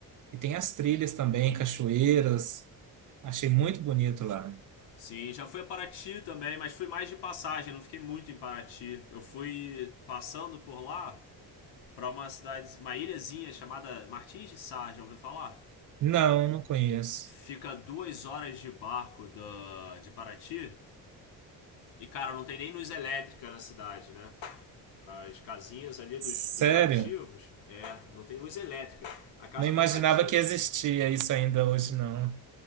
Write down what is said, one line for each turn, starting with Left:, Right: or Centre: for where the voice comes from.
Right: e tem as trilhas também, cachoeiras. Achei muito bonito lá.
Left: Sim, já fui a Paraty também, mas fui mais de passagem, não fiquei muito em Paraty. Eu fui passando por lá para uma cidade, uma ilhazinha chamada Martins de Sá, já ouviu falar?
Right: Não, não conheço.
Left: Fica duas horas de barco da, de Paraty e, cara, não tem nem luz elétrica na cidade, né? As casinhas ali dos,
Right: Sério?
Left: dos nativos, é, não tem luz elétrica. A casa
Right: Não imaginava
Left: dos nativos
Right: que existia isso ainda hoje, não.